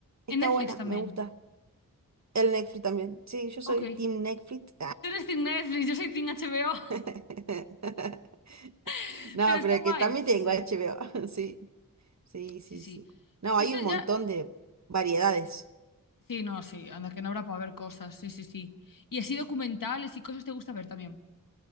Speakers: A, on the right (about 50°); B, on the left (about 65°).
A: está
B: En Netflix
A: buena,
B: también.
A: me gusta. El Netflix también. Sí, yo soy
B: Ok.
A: Team Netflix.
B: Tú eres Team Netflix, yo soy Team HBO,
A: <laughs>
B: <laughs>
A: No,
B: pero está
A: pero
B: guay.
A: que también
B: Sí,
A: tengo
B: sí.
A: HBO. <laughs> Sí, sí,
B: Sí,
A: sí,
B: sí.
A: sí. No,
B: Yo
A: hay
B: sé,
A: un montón
B: ya...
A: de variedades.
B: Sí, no, sí. Anda, que no habrá para ver cosas. Sí, sí, sí. Y así documentales y cosas te gusta ver también.